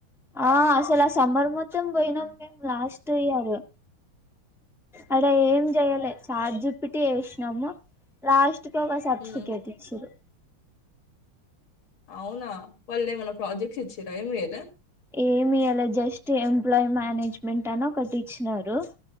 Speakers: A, in the centre; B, on the left.
A: ఆ అసలు ఆ సమ్మర్ మొత్తం బోయినాం మేము లాస్ట్ ఇయరు ఆడ ఏం జేయలే చాట్ జీపిటి జేస్ నము లాస్ట్ కి ఒక సర్టిఫికేట్
B: హ్మ్.
A: ఇచ్చిరు
B: అవునా వాళ్ళు ఏమైనా ప్రాజెక్ట్స్ ఇచ్చిరా ఏమి ఇయ్యలే
A: ఏమ్ ఇయ్యలే జస్ట్ ఎంప్లాయ్ మానేజ్మెంట్ అని ఒకటి ఇచ్చినరు